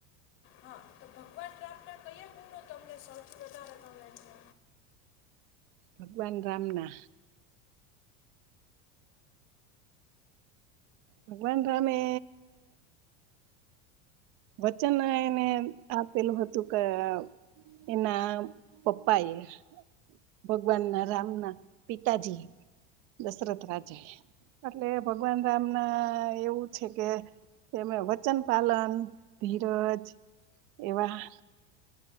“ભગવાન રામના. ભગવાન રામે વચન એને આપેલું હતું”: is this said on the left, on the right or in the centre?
Right